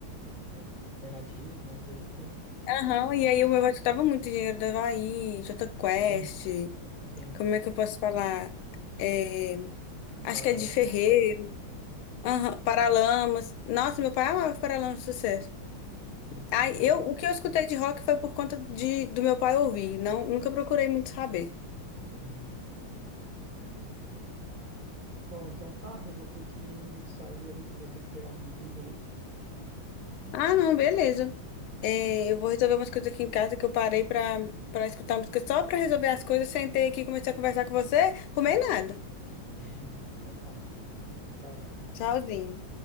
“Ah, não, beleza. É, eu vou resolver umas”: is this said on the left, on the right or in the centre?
Left